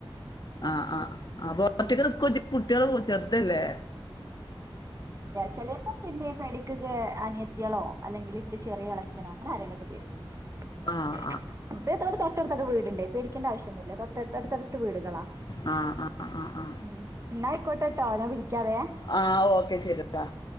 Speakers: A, on the left; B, on the right.
A: ആഹ.. ആ. അൊ ഒറ്റക്ക്
B: ഉം.
A: ന്കൊജ് കുട്ടിള്ളോ ചെർതല്ലേ..
B: ചിലപ്പോ പിന്നെ <unintelligible> അനിയത്തിളോ അല്ലെങ്കി ന്റെ ചെറിളച്ചനോ അങ്ങനെ ആരേലൊക്കെ തീർ
A: ആ
B: <unintelligible>
A: ആ
B: േക് പൊ വീടുണ്ട് പേടികേണ്ട ആവശ്യൊന്നുല തോട്ടടുത്തടുത്ത് വീടുകളാ
A: ആ ആ ആ ആ
B: മ് എന്നാ ആയിക്കോട്ടട്ട ഞാ വിളിക്കാവേ
A: ആഹ... ഓക്കെ ശെരിട്ടാ..